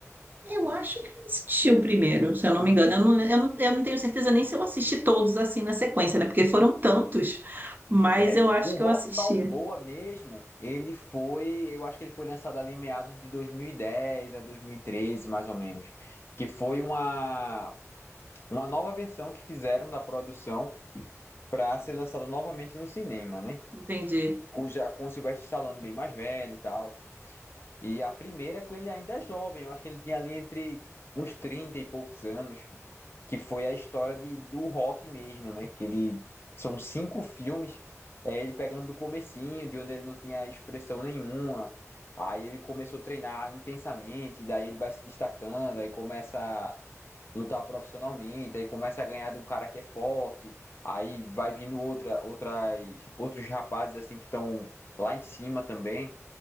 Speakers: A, on the right (about 35°); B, on the left (about 45°).
A: Eu acho que eu assisti o primeiro, se eu não me engano. Eu não, eu não, eu não tenho certeza nem se eu assisti todos assim na sequência, né? Porque foram tantos, mas
B: É.
A: eu acho
B: O
A: que
B: Rock
A: eu assisti.
B: Balboa mesmo, ele foi. Eu acho que ele foi lançado ali em meados de 2010 a 2013, mais ou menos. Que foi uma, uma nova versão que fizeram da produção pra ser lançada novamente no cinema, né?
A: Entendi.
B: com, já com o Sylvester Stallone bem mais velho e tal. E a primeira com ele ainda é jovem, eu acho que ele tinha ali entre uns 30 e poucos anos, que foi a história de, do rock mesmo, né? Que ele são cinco filmes, é ele pegando do comecinho, de onde ele não tinha expressão nenhuma. Aí ele começou a treinar intensamente, e daí ele vai se destacando, aí começa lutar profissionalmente, aí começa a ganhar de um cara que é forte, aí vai vindo outra, outras, outros rapazes assim que estão lá em cima também.